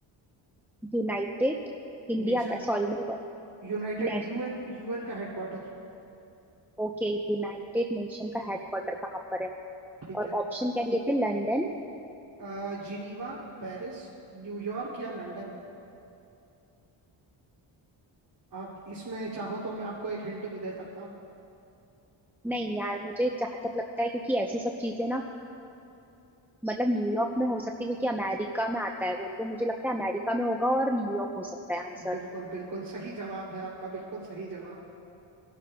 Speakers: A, in the centre; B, on the right.
A: यूनाइटेड इंडिया
B: Nation
A: का सॉरी मैंने
B: united UN UN का हेडक्वार्टर
A: ओके यूनाइटेड नेशन का हेडक्वार्टर कहाँ पर है
B: ठीक
A: और
B: है
A: ऑप्शन क्या दिए थे लंदन
B: अ, जिनीवा पेरिस न्यूयॉर्क या लंदन आप इसमें चाहो तो मैं आपको एक हिंट भी दे सकता हूँ
A: नहीं यार मुझे जहां तक लगता है क्योंकि ऐसी सब चीजें ना मतलब न्यूयॉर्क में हो सकती है क्योंकि अमेरिका में आता है वो तो मुझे लगता है अमेरिका में होगा और न्यूयॉर्क हो सकता है आंसर
B: बिल्कुल बिल्कुल सही जवाब है आपका बिल्कुल सही जवाब